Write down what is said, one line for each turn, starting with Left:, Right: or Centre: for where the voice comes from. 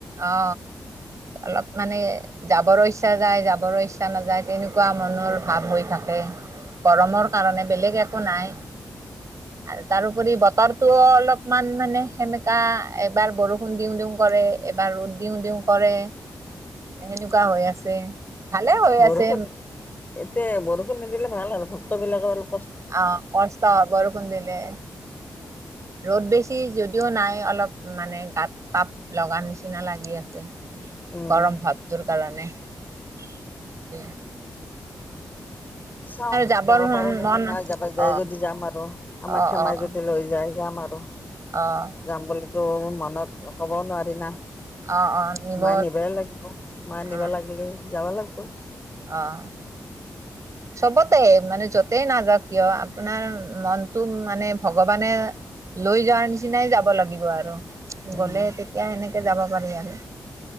Right: অ অলপ মানে যাবৰ ইচ্ছা যায় যাবৰ ইচ্ছা নাযায় তেনেকুৱা একুৱা মনৰ ভাৱ হৈ থাকে গৰমৰ কাৰণে বেলেগ একো নাই আৰু তাৰোপৰি বতৰটো অলপমান মানে সেমেকা এবাৰ বৰষুণ দিও দিও কৰে এবাৰ ৰ'দ দিও দিও কৰে সেনেকুৱা হৈ আছে ভালে হৈ
Left: বৰষুণ
Right: আছে।
Left: এতিয়া বৰষুণ নিদিলে ভাল আৰু ভক্তবিলাকৰ অল
Right: অ', কষ্ট হয় বৰষুণ দিলে। ৰ'দ বেছি যদি ছিও নাই, অলপ মানে গাত তাপ লগা নিচিনা লাগি আছে।
Left: উম,
Right: গৰম ভাৱটোৰ কাৰণে। তাকে।
Left: চাও
Right: যাবৰ
Left: যাব পাৰো নেকি,
Right: মন
Left: মাই যাব যাই
Right: অ'
Left: যদি যাম আৰু কামাখ্যা
Right: অ' অ'
Left: মাই যদি লৈ যায়। যাম আৰু।
Right: অ' অ'
Left: যাম বুলিতো মনত ক'বও নোৱাৰি দিনা
Right: অ' অ' নিব
Left: মাই নিবাই লাগিব, মাই নিবা
Right: অ'
Left: লাগিলি যাব লাগিব। <unintelligible>
Right: অ', চবতে মানে য'তেই নাযাওক কিয়, আপোনাৰ মনটো মানে ভগৱানে লৈ যোৱাৰ নিচিনাই যাব লাগিব আৰু।
Left: উম
Right: গ'লে তেতিয়া সেনেকে যাব পাৰি আৰু।